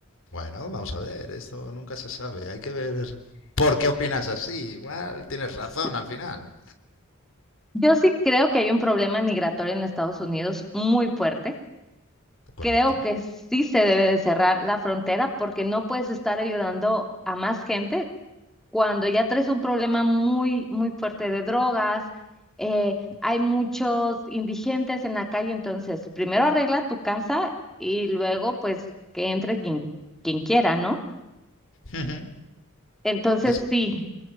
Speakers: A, on the left; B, in the centre.
A: Bueno, vamos a ver, esto nunca se sabe. Hay que ver por qué opinas así. Igual tienes razón
B: Sí,
A: al final.
B: Yo sí creo que hay un problema migratorio en Estados Unidos muy fuerte. Creo
A: Correcto.
B: que sí se debe de cerrar la frontera porque no puedes estar ayudando a más gente cuando ya traes un problema muy, muy fuerte de drogas. eh, hay muchos indigentes en la calle, entonces primero arregla tu casa y luego pues que entre quien, quien quiera, ¿no?
A: Uh-huh.
B: Entonces
A: Es,
B: sí.